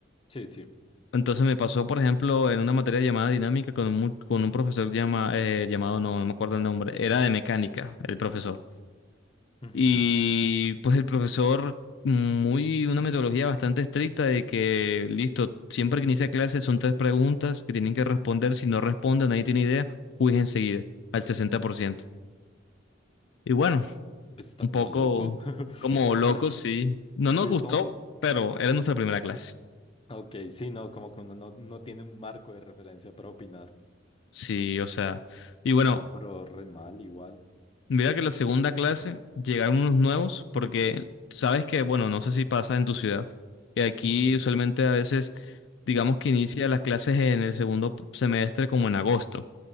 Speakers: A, on the left; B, on the left.
A: Sí, sí.
B: Entonces me pasó, por ejemplo, en una materia llamada dinámica con un, mu- con un profesor llama, eh, llamado, no, no me acuerdo el nombre, era de mecánica, el profesor.
A: Ujú.
B: Y pues el profesor, muy, una metodología bastante estricta de que, listo, siempre que inicia clase son tres preguntas que tienen que responder. Si no responden, nadie tiene idea, quiz enseguida, al sesenta por ciento Y bueno,
A: Pues está
B: un
A: como
B: poco
A: loco. <laughs>
B: como
A: Está,
B: loco, sí. No
A: sí,
B: nos gustó,
A: está.
B: pero era nuestra primera clase.
A: Ok, sí, no, como que uno no, no tiene un marco de referencia para opinar.
B: Sí, o sea. Y bueno,
A: No, pero re mal igual.
B: Mira que la segunda clase llegaron unos nuevos porque sabes que, bueno, no sé si pasa en tu ciudad, que aquí
A: Ujú.
B: usualmente a veces digamos que inicia las clases en el segundo p- semestre como en agosto,